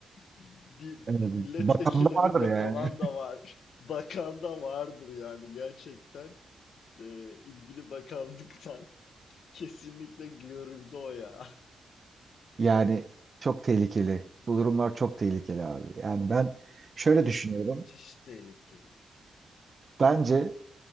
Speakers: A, on the left (about 75°); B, on the right (about 40°).
A: bir
B: e,
A: milletvekillerinde
B: bakan da vardır yani.
A: falan da var. <laughs> Bakan da vardır yani gerçekten. E, ilgili bakanlıktan <laughs> kesinlikle görüldü o ya.
B: Yani çok tehlikeli. Bu durumlar çok tehlikeli abi. Yani ben
A: <laughs>
B: şöyle
A: Abi
B: düşünüyorum.
A: müthiş tehlikeli.
B: Bence